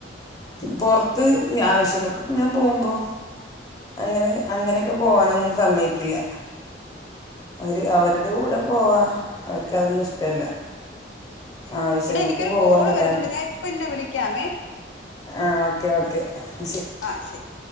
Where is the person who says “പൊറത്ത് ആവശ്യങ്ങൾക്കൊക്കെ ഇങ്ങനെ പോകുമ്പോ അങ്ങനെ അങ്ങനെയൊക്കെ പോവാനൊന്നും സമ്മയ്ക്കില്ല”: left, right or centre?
Left